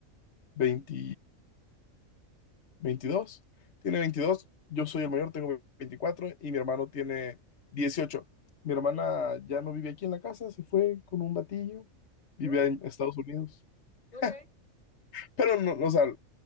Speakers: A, on the left; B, on the left.
A: 20. 22, Tiene 22. Yo soy el mayor, tengo 24 y mi hermano tiene 18. Mi hermana
B: Ajá.
A: ya no vive aquí en la casa, se fue con un batillo. Vive
B: Mm,
A: en Estados Unidos.
B: ok.
A: <laughs> Pero no, no, o sea,